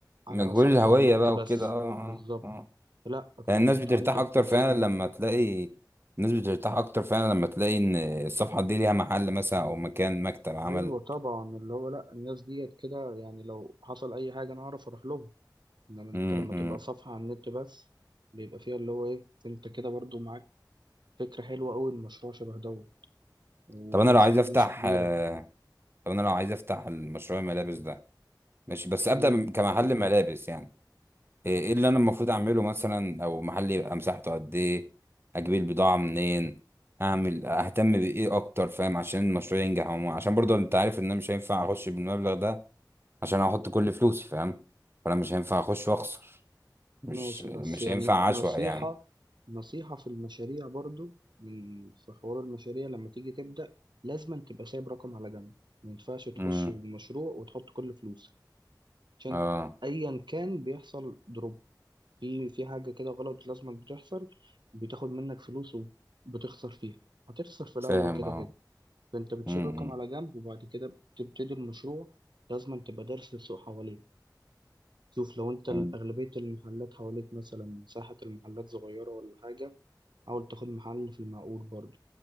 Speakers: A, on the right; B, on the right.
A: وعلى
B: مجهول
A: صفحة
B: الهوية
A: على النت
B: بقى
A: بس
B: وكده اه
A: بالظبط
B: اه اه
A: لا
B: يعني
A: طالما
B: الناس
A: أنت
B: بترتاح
A: عندك
B: اكتر
A: مكان
B: فعلا لما تلاقي الناس بترتاح اكتر فعلا لما تلاقي ان الصفحة دي ليها محل مثلا او مكان مكتب عمل
A: أيوة طبعا اللي هو لا الناس ديت كده يعني لو حصل أي حاجة أنا أعرف أروح لهم انما انت
B: امم
A: لما
B: إمم.
A: تبقى صفحة على النت بس بيبقى فيها اللي هو ايه انت كده برضو معاك فكرة حلوة قوي المشروع شبه دوت وراس
B: طب انا لو عايز
A: مال
B: افتح
A: مش كبيرة
B: آه، طب انا لو عايز افتح المشروع الملابس ده ماشي بس ابدا
A: امم
B: كمحل ملابس يعني ايه إيه اللي انا المفروض اعمله مثلا او محل يبقى مساحته قد ايه اجيب البضاعه منين اعمل اهتم بايه اكتر فاهم عشان المشروع ينجح وما- عشان برضه انت عارف ان انا مش هينفع اخش بالمبلغ ده عشان احط كل فلوسي فاهم فانا مش هينفع اخش واخسر مش
A: ماشي
B: مش
A: بس يعني
B: هينفع عشوائي
A: نصيحة
B: يعني
A: نصيحة في المشاريع برضو من في حوار المشاريع لما تيجي تبدأ لازم تبقى سايب رقم على جنب ما ينفعش تخش
B: امم
A: المشروع وتحط كل فلوسك عشان
B: اه
A: ايا كان بيحصل دروب في في حاجة كده غلط لازم بتحصل بتاخد منك فلوس وبتخسر فيها هتخسر في
B: فاهم
A: الأول كده
B: اه
A: كده فانت بتشيل
B: امم
A: رقم على جنب وبعد كده بتبتدي المشروع لازم تبقى دارس السوق حواليك شوف لو انت ال-
B: أمم.
A: اغلبيه المحلات حواليك مثلا مساحه المحلات صغيره ولا حاجه حاول تاخد محل في المعقول برضو